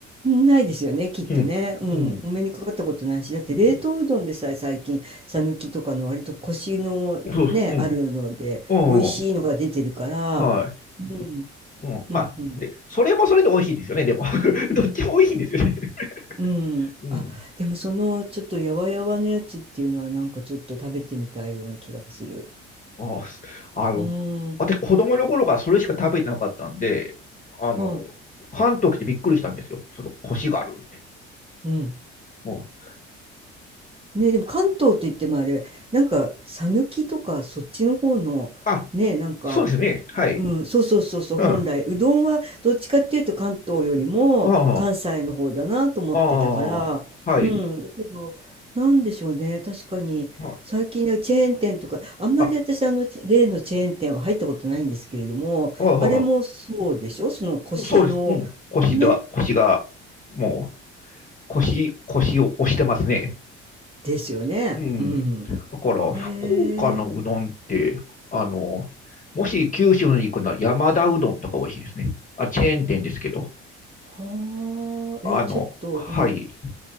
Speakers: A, on the right (about 15°); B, on the left (about 25°).
A: ん。ないですよね、きっとね。
B: うん。
A: うん。
B: うん。
A: お目にかかったことないし、だって冷凍うどんでさえ最近、
B: うん。
A: さぬきとかの割とコシのね、
B: そうそう。うん。
A: あるので、
B: うん。
A: 美味しいのが出てるから、
B: はい。
A: うん、
B: うん。まあ、
A: うん、うん。
B: で、それもそれで美味しいですよね、でも。<laughs> どっちも美味しいんですよね。
A: うん、
B: <laughs> うん。
A: あ、でもそのちょっとやわやわのやつっていうのはなんかちょっと食べてみたいような気がする。
B: あ、あの、
A: うーん、
B: 私、子供の頃からそれしか食べてなかったんで、あの、
A: は
B: 関東来てびっくりしたんですよ。その、コシがあるって。
A: い、うん。
B: もう、
A: ね、でも関東って言ってもあれ、なんか、さぬきとかそっちの方の、
B: あ、
A: ね、なんか、
B: そうですね。はい。
A: うん、そうそうそうそう、
B: うん。
A: 本来、
B: あ
A: うどんはどっちかっていうと関東よりも関西の方だなと思ってたから、
B: あ、ああ、はい。
A: うん、だけど、なんでしょうね、確かに、
B: はい
A: 最近ねチェーン店とか、あんまり私、
B: あ、
A: あの、チ例のチェーン店は入ったことないんですけれども、
B: はい、
A: あれもそうでしょ、
B: は
A: その腰の、
B: い。そうです。うん。コシが、
A: ね、
B: コシが、もう、コシ、コシを押してますね。
A: ですよね。
B: うん。
A: うん。
B: だから、
A: へえ。
B: 福岡のうどんって、あの、もし九州に行くなら山田うどんとか美味しいですね。あ、チェーン店ですけど、
A: はあ、
B: あの、
A: え、ちょっと、
B: はい、
A: うん。